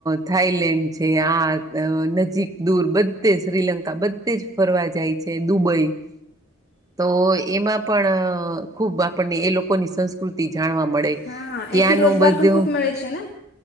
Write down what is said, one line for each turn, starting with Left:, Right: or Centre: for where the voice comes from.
Right: થાઈલેન્ડ છે આ. અ નજીક દૂર બધે શ્રીલંકા બધે જ ફરવા જાય છે દુબઈ. તો એમાં પણ ખુબ આપણને એ લોકોની સંસ્કૃતિ જાણવા મળે
Left: હા હા
Right: ત્યાંનું
Left: એથી રોજગાર
Right: બધું
Left: પણ ખૂબ મેે છે ને